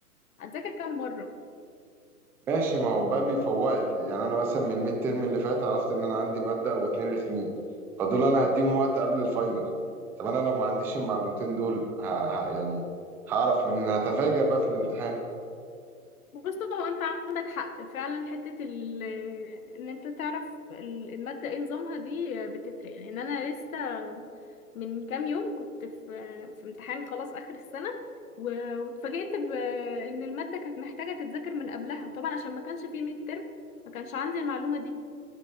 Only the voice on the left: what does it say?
هتذاكر كام مرة
بص هو انت عندك حق فعلا حتة ال ان انت تعرف ال- المادة ايه نظامها دي بتفرق لان انا لسه من كام يوم كنت في في امتحان خلاص اخر السنة و- واتفاجئت بان المادة كانت محتاجة تتذاكر من قبلها وطبعا عشان ما كانش فيه ميد ترم ما كانش عندي المعلومة دي